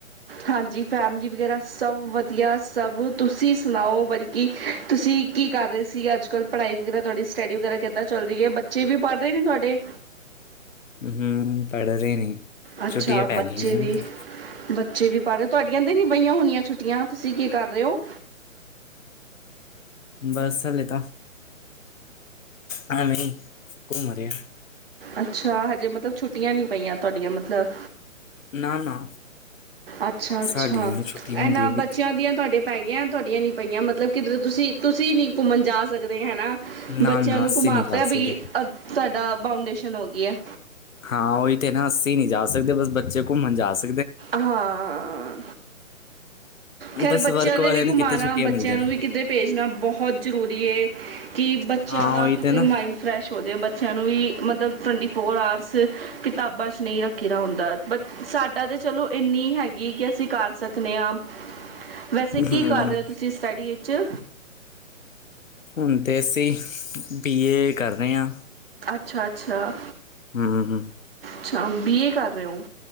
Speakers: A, on the right; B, on the left.
A: ਹਾਂਜੀ ਫੈਮਲੀ ਵਗੈਰਾ ਸਭ ਵਧੀਆ ਸਭ ਤੁਸੀਂ ਸੁਣਾਓ ਬਲਕਿ ਤੁਸੀਂ ਕੀ ਕਰ ਰਹੇ ਸੀ ਅੱਜ ਕੱਲ੍ਹ ਪੜ੍ਹਾਈ ਵਗੈਰਾ ਤੁਹਾਡੀ ਸਟੱਡੀ ਵਗੈਰਾ ਕਿੱਦਾਂ ਚੱਲ ਰਹੀ ਹੈ ਬੱਚੇ ਵੀ ਪੜ੍ਹ ਰਹੇ ਨੇ ਤੁਹਾਡੇ
B: ਹਮ ਪੜ੍ਹ ਰਹੇ ਨੇ
A: ਅੱਛਾ
B: ਛੁੱਟੀਆਂ ਪੈ
A: ਬੱਚੇ
B: ਗਈਆਂ ਨੇ
A: ਵੀ
B: ਹੁਣ ਤੇ
A: ਬੱਚੇ ਵੀ ਪੜ੍ਹ ਰਹੇ ਹੋ ਤੁਹਾਡੀਆਂ ਦੇ ਨੀ ਬਹੀਆਂ ਹੋਣੀਆਂ ਛੁੱਟੀਆਂ ਤੁਸੀਂ ਕੀ ਕਰ ਰਹੇ ਹੋ
B: ਬਸ ਹਾਲੇ ਤਾਂ ਹਾਂ ਮ ਕੁ ਮਰਿਆ
A: ਅੱਛਾ ਹਜੇ ਮਤਲਬ ਛੁੱਟੀਆਂ ਨੀ ਪਈਆਂ ਤੁਹਾਡੀਆਂ ਮਤਲਬ
B: ਨਾ ਨਾ
A: ਅੱਛਾ! ਅੱਛਾ
B: ਸਾਡੀ ਇੰਨੀ ਛੁੱਟੀ ਹੁੰਦੀ
A: ਇਹਨਾਂ
B: ਹੈ ਕਿਤੇ
A: ਬੱਚਿਆਂ ਦੀਆਂ ਤੁਹਾਡੇ ਪੈ ਗਿਆਂ ਤੁਹਾਡੀਆਂ ਨੀ ਪਈਆਂ ਮਤਲਬ ਕਿੱਧਰ ਤੁਸੀਂ -ਤੁਸੀਂ ਨੀ ਘੁੰਮਣ ਜਾ ਸਕਦੇ ਹੈ ਨਾ
B: ਨਾ
A: ਬੱਚਿਆਂ
B: ਨਾ
A: ਨੂੰ
B: ਅਸੀਂ
A: ਘੁਮਾਤਾਿਆ
B: ਨਹੀਂ ਜਾ ਸਕਦੇ
A: ਬ ਅ ਸਾਡਾ ਬਾਊਂਡੇਸ਼ਨ ਹੋ ਗਈ ਹੈ।
B: ਹਾਂ ਉਹੀ ਤੇ ਨਾ ਅਸੀਂ ਨਹੀਂ ਜਾ ਸਕਦੇ ਬੱਚੇ ਕੋ ਘੁੰਮਣ ਜਾ ਸਕ
A: ਹਾਂ ਖ਼ੈਰ
B: ਬਸ
A: ਬੱਚਿਆਂ
B: ਵਰਕ
A: ਦੇ
B: ਵਾਲਿਆਂ
A: ਵੀ
B: ਨੂੰ
A: ਘੁੰਮਾਉਣਾ
B: ਕਿਤੇ ਛੁੱਟੀਆਂ
A: ਬੱਚਿਆਂ
B: ਮਿਲਦੀਆਂ
A: ਨੂੰ
B: ਨੇ
A: ਵੀ ਕਿਧਰੇ ਭੇਜਣਾ ਬਹੁਤ ਜ਼ਰੂਰੀ ਹੈ। ਕਿ ਬੱਚਿਆਂ
B: ਹਾਂ
A: ਦਾ
B: ਉਹੀ
A: ਕਿਧਰੇ
B: ਤੇ ਨਾ
A: ਮਾਇੰਡ ਫਰੈਸ਼ ਹੋ ਜਾਵੇ ਬੱਚਿਆਂ ਨੂੰ ਵੀ ਮਤਲਬ ਟਵੰਟੀ ਫੋਰ ਆਰਟਸ ਕਿਤਾਬਾਂ 'ਚ ਨਹੀਂ ਰੱਖੇ ਦਾ ਹੁੰਦਾ ਬ ਸਾਡਾ ਤਾਂ ਚਲੋ ਇੰਨੀ ਹੈਗੀ ਕਿ ਅਸੀਂ ਕਰ ਸਕਦੇ ਹਾਂ। ਵੈਸੇ ਕੀ
B: ਹੂੰ
A: ਕਰ ਰਹੇ ਹੋ ਤੁਸੀਂ ਸਟੱਡੀ ਵਿੱਚ ਚ
B: ਹੁਣ ਤੇ ਅਸੀਂ ਬੀ ਏ ਕਰ ਰਹੇ ਹਾਂ।
A: ਅੱਛਾ। ਅੱਛਾ
B: ਹਮ- ਹਮ
A: ਅੱਛਾ ਬੀ ਏ ਕਰ ਰਹੇ ਹੋ।